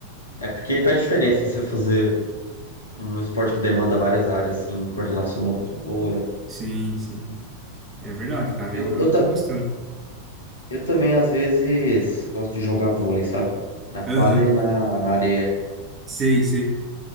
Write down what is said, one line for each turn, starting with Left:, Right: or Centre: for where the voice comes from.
Left: É porque faz diferença você fazer um esporte que demanda várias áreas, assim, coordenação motora.
Right: Sim, sim. É verdade, cara.
Left: Eu,
Right: Eu, eu
Left: eu, ta-
Right: tô gostando.
Left: eu também, às vezes, gosto de jogar vôlei, sabe? Na
Right: Aham,
Left: quadra e na, na areia.
Right: sei, sei.